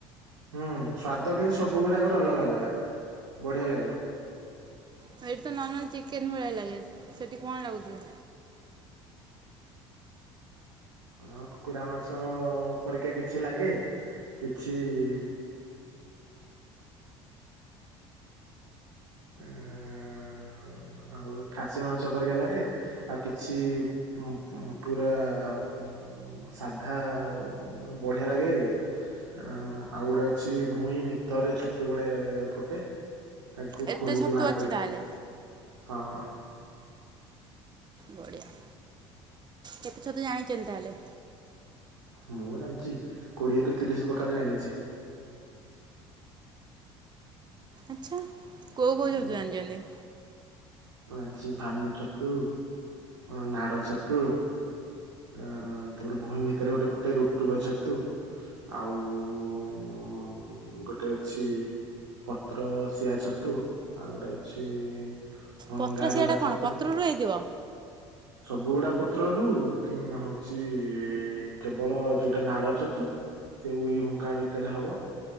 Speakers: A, on the right (about 75°); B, on the right (about 30°).
A: ହୁଁ ସ୍ଵାଦ କିନ୍ତୁ ସବୁ ଗୁଡାକ ର ଅଲଗା ଅଲଗା ବଢିଆ ଲାଗିବ।
B: ଏଇଠି ତ ନର୍ମାଲ ଚିକେନ୍ ଭଳିଆ ଲାଗେ ସେଠି କଅଁ ଲାଗୁଛି।
A: ହଁ କୁକୁଡ଼ା ମାଂସ ଅ ପରିକା କିଛି ଲାଗେ କିଛି ଇ ଆଁ--ଆଁ ଆଁ ଆଁ ଆଉ ଖାସି ମାଂସ ପରିକା ଲାଗେ। ଆଉ କିଛି ମୁ ମୁ ମୁ ପୁରା ମୁ ଉଁ ସାଧା ଆ ବଢିଆ ଲାଗେ। ଆଁ ଆଉ ଗୋଟେ ଅଛି ଭୁଇଁ ଭିତରେ ଛତୁ ଗୋଟେ ଫୁଟେ ତାକୁ
B: ଏତେ
A: ଖୋଳି
B: ଛତୁ
A: କି ଭାରକରି
B: ଅଛି ତାହେଲେ
A: ଆ ହଁ।
B: ବଢ଼ିଆ। କେତେ ଛତୁ ଜାଣିିଚନ୍ତି ତାହେଲେ?
A: ମୁଁ ଜାଣିଚି କୋଡିଏ ରୁ ତିରିଶ ପ୍ରକାର ଜାଣିଚି।
B: ଆଚ୍ଛା କୋଉ କୋଉ ଛତୁ
A: ହଁ
B: ଜାଣିଛନ୍ତି?
A: ମୁଁ ଜାଣିଛି ଭାନୁ ଛତୁ ଅଁ ନାଡ ଛତୁ। ଆଁ ତାପରେ ଭୂଇଁ ଭିତରେ ଗୋଟେ ଫୁଟେ ରୁଟୁଗ ଛତୁ। ଆଉ ଉ--ଉ--ଉ--ଉ ଗୋଟେ ଅଛି। ପତ୍ର ସିଆ ଛତୁ ଆଉ ଗୋଟେ ଅଛି ଇ ଅ
B: ପତ୍ର
A: ଗାରୁଆ
B: ସିଆଟା
A: ଛତୁ
B: କ'ଣ ପତ୍ରରୁ ହେଇଥିବ
A: ସବୁଗୁଡା ପତ୍ରରୁ। କେ ହଉଚି ଇ କେବଳ ଯୋଉଟା ନାଡ ଛତୁ। ସେ ଉଇ ହୁଙ୍କା ଭିତରେ ହବ